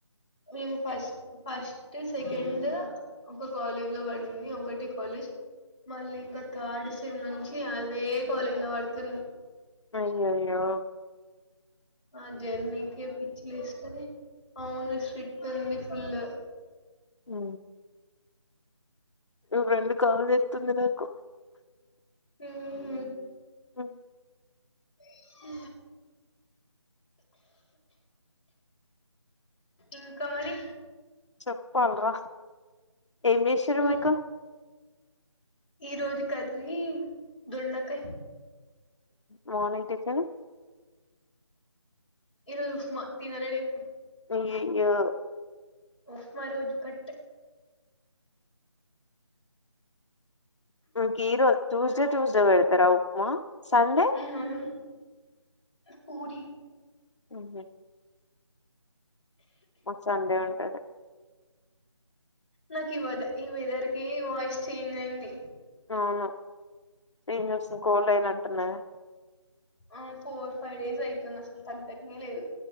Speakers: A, on the left; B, on the left.
A: మేము ఫస్ట్ ఫస్ట్ సెకండ్ ఒక కాలేజ్ లో పడింది ఒకటి కాలేజ్ మళ్ళ ఇంకా తాడు నుంచి అదే కాలేజ్ లో పడుతుం
B: అయ్యో అయ్యేయో
A: ఆ జర్నీకి పిచ్చిలేస్తేనే అవును శ్రీ పింది ఫుల్
B: ఉ నువ రెండు కాలు చెతుంది నాకు
A: మ్ హు
B: ఉ
A: అ ఇంకా మరి
B: చెప్పాలరా ఏం చేశారు
A: ఉమ్,
B: మీకు
A: ఈ రోజు కర్రీ దొండకాయ
B: మోర్నింగ్ టిఫిన్
A: ఈరోజు ఉప్మా తినలే నేను
B: అ్య అయ్యో
A: ఉప్మా రోజు కట్
B: కీరో ట్యూస్డే ట్యూస్డే పెడ్తారా ఉప్మా సండే
A: ఉ అవును పూరి
B: ఉహు మాక్ సండే ఉంటది
A: నాకు ఈ వెద ఈ వెదర్ కి వాయిస్ చేంజ్ అయింది
B: అవును ఏం చేస్తావ్ కోల్డ్ అయినట్టున్నది
A: ఆ ఫోర్ ఫైవ్ డేస్ అవుతున్ అసలు తగ్గట్నే లేదు